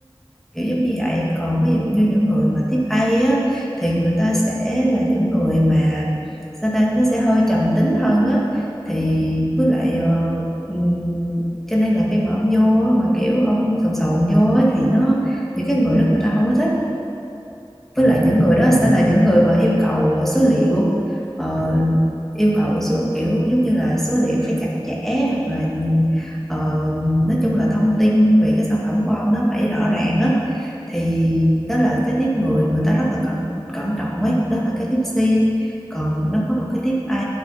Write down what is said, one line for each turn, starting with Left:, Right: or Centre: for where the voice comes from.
Centre: kiểu giống như vậy còn ví dụ như những người mà tiếp A á thì người ta sẽ là những người mà sao ta nó sẽ hơi trầm tính hơn á thì với lại ờ, ừm, cho nên là khi mà ông vô á, mà kiểu ông sồn sồn vô á thì nó những cái người đó người ta không có thích
Left: Ờ,
Centre: với lại những
Left: đúng
Centre: người
Left: rồi,
Centre: đó
Left: đúng
Centre: sẽ
Left: rồi.
Centre: là những người mà yêu cầu ờ, số liệu ờ, yêu cầu số kiểu giống như là số liệu phải chặt chẽ hoặc là ờ, nói chung là thông tin về cái sản phẩm của ông nó phải rõ ràng á thì đó là cái tiếp người người ta rất là cẩn cẩn trọng ấy đó là cái tiếp C còn nó có một cái tiếp A